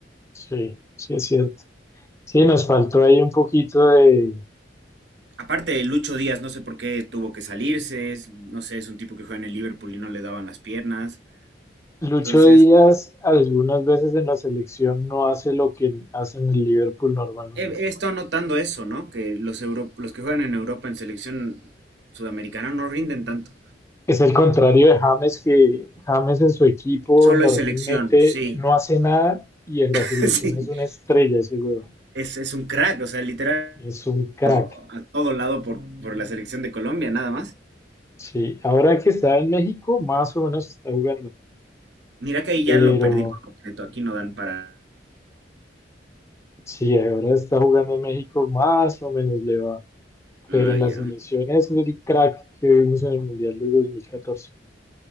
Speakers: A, on the left; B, on the right.
A: Sí, sí es cierto. Sí, nos faltó ahí un poquito de,
B: Aparte de Lucho Díaz, no sé por qué tuvo que salirse, es- no sé, es un tipo que juega en el Liverpool y no le daban las piernas.
A: Lucho
B: Entonces,
A: Díaz algunas veces en la selección no hace lo que hace en el Liverpool normalmente.
B: he, he estado notando eso, ¿no? Que los, euro- los que juegan en Europa en selección sudamericana no rinden tanto.
A: Es el contrario de James, que James en su equipo
B: Solo
A: normalmente
B: es selección, sí.
A: no hace nada y en la
B: <laughs>
A: selección es una
B: Sí,
A: estrella ese huevón.
B: es, es un crack, o sea, literal,
A: Es un crack.
B: a todo lado por, por la selección de Colombia, nada más.
A: Sí, ahora que está en México, más o menos está jugando.
B: Mira que ahí
A: Pero
B: ya lo perdí por completo, aquí no dan para...
A: sí, ahora está jugando en México, más o menos le va.
B: Ah,
A: Pero en
B: ya.
A: la selección es el crack que vimos en el Mundial de 2014.